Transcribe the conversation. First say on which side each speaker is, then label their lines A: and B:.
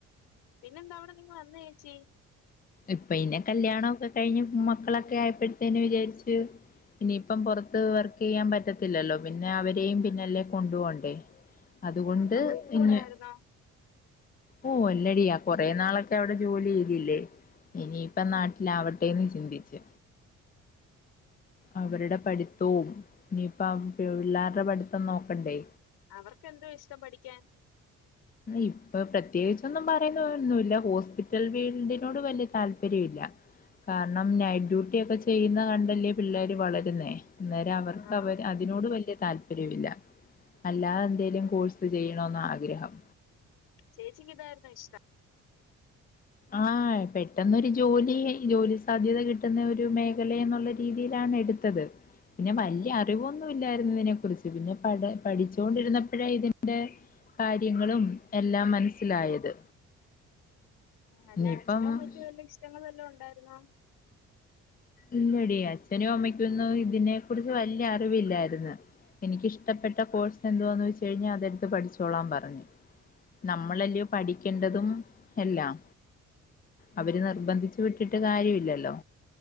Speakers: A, on the left; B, on the left.
A: പിന്നെന്താവടെന്നിങ്ങ് വന്നേച്ചി
B: ഇപ്പിന്നെ കല്യാണവോക്കെ കഴിഞ്ഞ് മക്കളൊക്കെ ആയപ്പോഴത്തേന് വിചാരിച്ചു ഇനിപ്പം പൊറത്ത് വർക്ക് ചെയ്യാൻ പറ്റത്തില്ലല്ലോ പിന്നെ അവരെയും പിന്നാല്ലേ കൊണ്ടു പോവണ്ടേ അതുകൊണ്ട്
A: അങ്ങ് പോയിക്കൂടായിരുന്നോ?
B: പിന്നെ ഓഹ് അല്ലടി ആ കൊറെ നാളൊക്കെ അവടെ ജോലി ചെയ്തില്ലേ ഇനിപ്പ നാട്ടിലാവട്ടെന്ന് ചിന്തിച്ച് അവരുടെ പഠിത്തോം ഇനിപ്പം പിള്ളർടെ പഠിത്തം നോക്കണ്ടേ
A: അവർക്ക് എന്തോ ഇഷ്ടം പഠിക്കാൻ
B: ഇപ്പോ പ്രത്യേകിച്ചൊന്നും പറയുന്ന ഒന്നുവില്ല ഹോസ്പിറ്റൽ ഫീൽഡിനോട് വല്യ താല്പര്യം ഇല്ല കാരണം നൈറ്റ് ഡ്യൂട്ടി ഒക്കെ ചെയ്യുന്ന കണ്ടല്ലേ പിള്ളേര് വളരുന്നേ അന്നേരം അവർക്ക്
A: ആ
B: അവ അത് തിനോട്
A: ആ.
B: വലിയ താല്പര്യവില്ല അല്ലാതെ എന്തെലും കോഴ്സ് ചെയ്യണോന്ന ആഗ്രഹം
A: ചേച്ചിക്ക് ഇതായിരുന്നോ ഇഷ്ടം
B: ആഹ് പെട്ടെന്നൊരു ജോലി ജോലി സാധ്യത കിട്ടുന്ന ഒരു മേഖലയ എന്നുള്ള രീതിയിലാണ് എടു ത്തത് പിന്നെ വല്യ അറിവൊന്നും ഇല്ലാരുന്നിതിനെ കുറിച്ച് പിന്നെ പ പഠിച്ചൊണ്ടിരുന്നപ്പോഴേ ഇതിന്റെ കാര്യങ്ങളും എല്ലാം മനസ്സിലായത്
A: ആഹ് അല്ല
B: ഇനിയിപ്പം
A: അച്ഛനും അമ്മയ്ക്കും വല്ല ഇഷ്ടങ്ങള് വല്ലോം ഒണ്ടായിരുന്നോ
B: ഇല്ലടി അച്ഛനും അമ്മയ്ക്കൊന്നും ഇതിനെ കുറിച്ച് വല്യ അറിവില്ലായിരുന്ന് എനിക്കിഷ്ടപ്പെട്ട കോഴ്സ് എന്തുവാന്ന് വെച്ച് കഴിഞ്ഞാ അതെടുത്ത് പഠിച്ചോളാൻ പറഞ്ഞു. നമ്മളല്ലയോ
A: ഉം.
B: പഠിക്കേണ്ടതും എല്ലാം അവര്
A: ആ
B: നിർബന്ധിച്ചു വിട്ട ട്ടിട്ട് കാര്യവില്ലല്ലോ